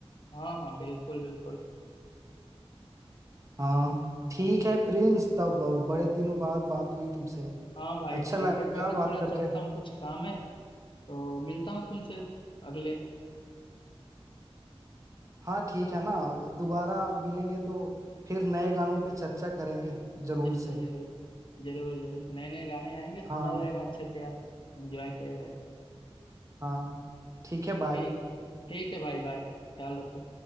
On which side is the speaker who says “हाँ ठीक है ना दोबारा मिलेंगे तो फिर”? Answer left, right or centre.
Right